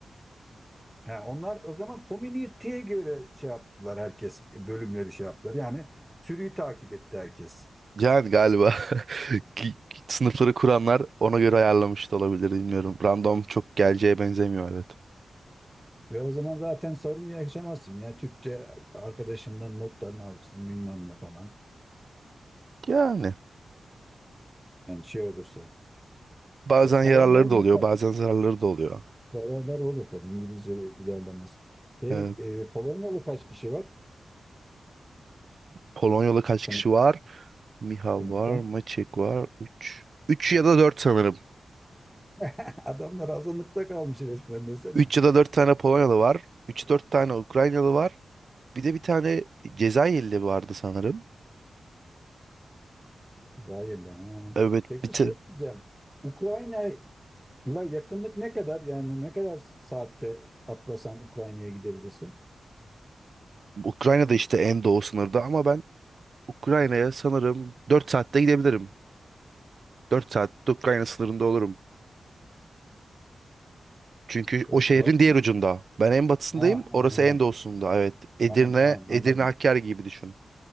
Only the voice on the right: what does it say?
Yani galiba <laughs> ki- ki sınıfları kuranlar ona göre ayarlamış da olabilir bilmiyorum. Random çok geleceğe benzemiyor evet.
Yani
bazen
yararları da
oluyor,
bazen zararları da oluyor.
Evet.
Polonyalı kaç kişi
var? Miha
var, Maçek var. üç, 3 ya da 4 sanırım.
Üç ya da 4 tane Polonyalı var. üç dört tane Ukraynalı var. Bir de bir tane Cezayirli vardı sanırım.
Evet,
bir te-
Ukrayna'da işte en doğu sınırda ama ben Ukrayna'ya sanırım 4 saatte gidebilirim. dört saatte Ukrayna sınırında olurum. Çünkü
o şehrin
diğer
ucunda. Ben en batısındayım,
orası
en doğusunda. Evet. Edirne,
Edirne
Hakkari gibi düşün.